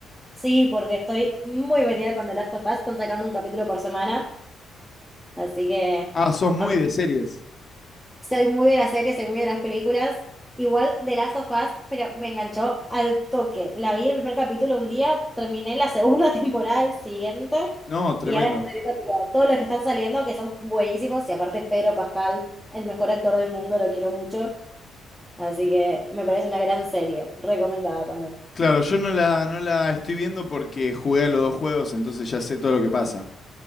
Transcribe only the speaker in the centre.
Sí, porque estoy muy metida con The Last of Us, están sacando un capítulo por semana, así que
apro-
soy muy de las series, soy muy de las películas. Igual The Last of Us, pero me enganchó al toque. La vi el primer capítulo un día, terminé la segunda <laughs> temporada el siguiente,
y ahora estoy viendo, tipo, todos los que están saliendo, que son buenísimos, y aparte Pedro Pascal, el mejor actor del mundo, lo quiero mucho. Así que me parece una gran serie, recomendada también.